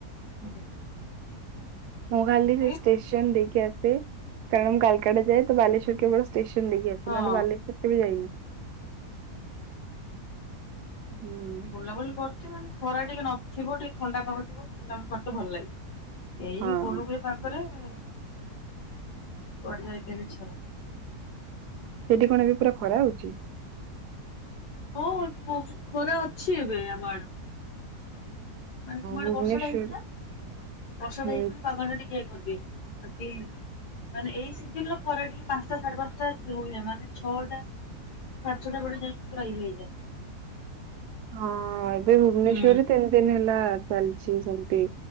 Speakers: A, on the left (about 75°); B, on the right (about 80°).
A: ହୁଁ
B: ମୁଁ ଖାଲି ସେ
A: ଏଇ
B: ଷ୍ଟେସନ ଦେଇକି ଆସେ କାରଣ ମୁଁ କାଲକାଟା ଯାଏ ତ ବାଲେଶ୍ୱର କେବଳ ଷ୍ଟେସନ ଦେଇକି ଆସେ
A: ହଁ
B: ନହଲେ ବାଲେଶ୍ୱର କେବେ ଯାଇନି ହୁଁ
A: ବୁଲାବୁଲି କରୁଚି ମାନେ ଖରା ଟିକେ ନଥିବ ଟିକେ ଥଣ୍ଡା ପାାଗ ଥିବ ବୁଲାବୁଲି କରତେ ଭଲ ଲାଗେ। ଏଇ
B: ହଁ
A: ଗୁଲୁଗୁଳି ପାଗରେ କୁଆଡ଼େ ଯାଇତେ ଇଚ୍ଛା ହୁଏନି।
B: ସେଠି କଣ ଏବେ ପୁରା ଖରା ହଉଛି?
A: ହଁ ଖରା ଅଛି ଏବେ ଆମ ଆଡ଼େ ଆମ ତୁମ ଆଡେ
B: ଭୁବନେଶ୍ୱର
A: ବର୍ଷା ଟା ହେଇଚିନା ବର୍ଷା
B: ହୁଁ
A: ଟା ହେଇଥିଲା ପାଗ ଟା ଟିକେ ଇଏ କରିି ଦେଇଚି। ମାନେ ଏଇ ସିଜିନର ଖରା ଟିକେ ପାଞ୍ଚଟା ସାଢେ ପାଞ୍ଚଟା ହୁଏ ମାନେ ଛଅଟ ସପାଞ୍ଚଟା ବେଳେ ଯାଏଁ ପୁର ଇଏ ହୋଇଯାଏ।
B: ହଁ ଏବେ ଭୁବନେଶ୍ବରରେ
A: ହୁଁ।
B: ତିନି ଦିନ ହେଲା ଚାଲିଛି ସେମତି